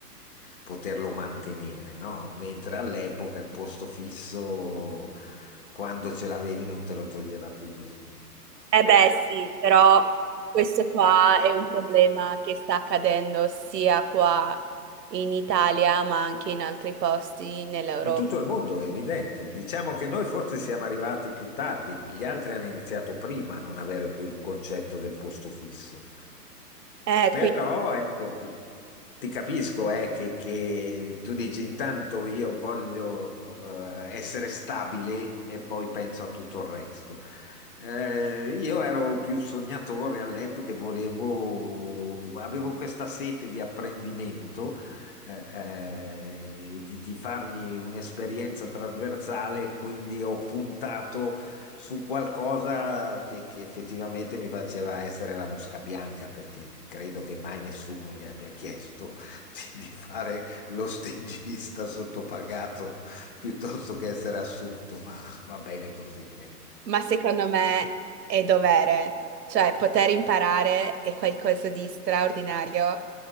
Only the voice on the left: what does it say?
poterlo mantenere, no? Mentre all'epoca il posto fisso, quando ce l'avevi, non te lo toglieva più nessuno.
In tutto il mondo è evidente. Diciamo che noi forse siamo arrivati più tardi, gli altri hanno iniziato prima a non avere più il concetto del posto fisso.
Però
ecco, ti capisco eh, che, che tu dici intanto io voglio eh, eh, essere stabile e poi penso a tutto il resto. Eh, io ero più sognatore all'epoca, e volevo, avevo questa sete di apprendimento, eh, eh, di, di farmi un'esperienza trasversale, quindi ho puntato su qualcosa che, che effettivamente mi faceva essere la mosca bianca, perché credo che mai nessuno gli abbia chiesto <laughs> di, di fare lo stagista sottopagato piuttosto che essere assunto, ma va bene così. ecco.